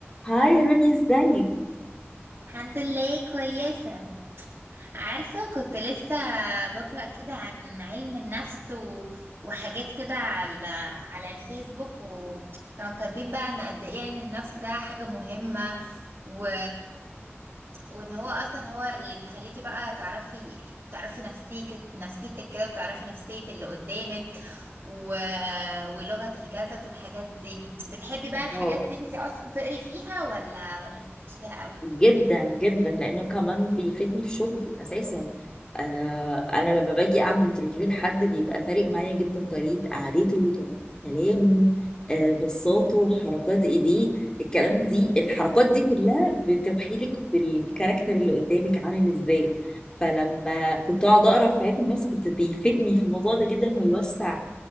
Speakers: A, on the left; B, on the right.
A: هاي روني ازيك
B: الحمد لله كويسة عارفة كنت لسه بقرأ كده عن علم النفس و... وحاجات كده على على الفيسبوك وكانوا كاتبين بقى ان قد ايه علم النفس ده حاجة مهمة و... وان هو اصلا هو اللي بيخليكي بقى تعرفي تعرفي نفسيك نفسيتك كده وتعرفي نفسية اللي قدامك و... ولغة الجسد والحاجات دي بتحبي بقى
A: الله
B: الحاجات دي انتي اصلا تقري فيها ولا ولا مالكيش فيها قوي
A: جدا جدا لانه كمان بيفيدني في شغلي اساسا آه انا لما باجي اعمل انترفيو لحد بيبقى فارق معايا جدا طريقه قعدته طريقه كلامه آه بصاته حركات ايديه الكلام دي الحركات دي كلها بتوحيلك بالكاركتر اللي قدامك عامل ازاي فلما كنت اقعد اقرا في علم النفس كنت بيفيدني في الموضوع ده جدا ويوسع